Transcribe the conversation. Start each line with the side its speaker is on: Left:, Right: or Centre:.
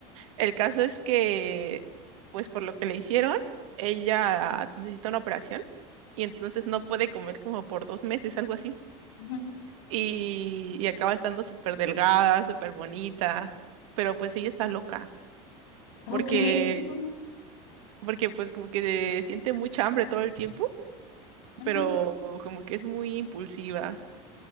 Right: El caso es que, pues por lo que le hicieron, ella necesita una operación y entonces no puede comer como por dos meses, algo así.
Left: ujú.
Right: Y, y acaba estando súper delgada, súper bonita, pero pues ella está loca porque,
Left: Ok. ujú,
Right: porque pues como que siente mucha hambre todo el tiempo,
Left: ujú,
Right: pero como que es muy impulsiva.